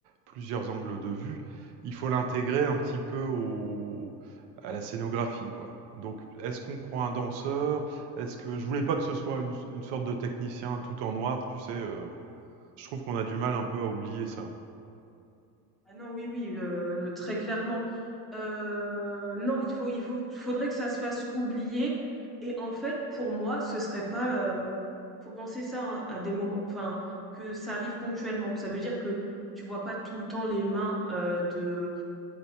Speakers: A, on the right (about 65°); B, in the centre.
A: plusieurs angles de vue, il faut l'intégrer un petit peu au à la scénographie, quoi. Donc est-ce qu'on prend un danseur? Est-ce que je voulais pas que ce soit une une sorte de technicien tout en noir, tu sais, heu? Je trouve qu'on a du mal un peu à oublier ça.
B: Ah non, oui, oui, heu, très clairement. Heu, non, il faut il faut faudrait que ça se fasse oublier et en fait, pour moi, ce serait pas, hem faut penser ça, hein, à des moments enfin, que ça arrive ponctuellement. Ça veut dire que tu vois pas tout le temps les mains, heu, de